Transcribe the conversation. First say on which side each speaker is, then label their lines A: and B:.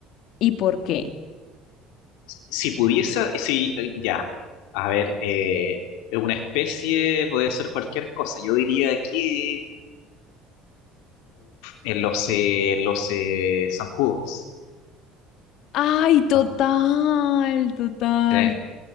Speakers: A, on the left (about 60°); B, on the left (about 80°).
A: ¿Y por qué?
B: Si pudiese, sí, eh, ya. A ver, eh, una especie puede ser cualquier cosa. Yo diría aquí en los, eh, los eh, zancudos.
A: Ay, total,
B: No
A: total.
B: sé,